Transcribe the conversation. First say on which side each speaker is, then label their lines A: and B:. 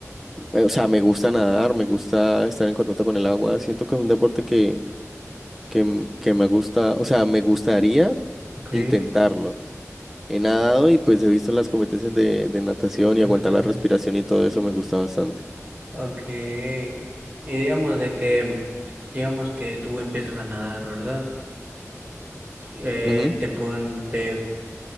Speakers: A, in the centre; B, on the right.
A: eh, o sea, me gusta nadar, me gusta estar en contacto con el agua. Siento que es un deporte que, que, m- que me gusta, o sea, me gustaría
B: ok.
A: intentarlo. He nadado y pues he visto las competencias de, de natación
B: Ten
A: y aguantar
B: atención.
A: la respiración y todo eso me gusta bastante.
B: Ok. Y digamos de que, digamos que tú empiezas a nadar, ¿verdad? Eh,
A: Ujú.
B: te pon, te,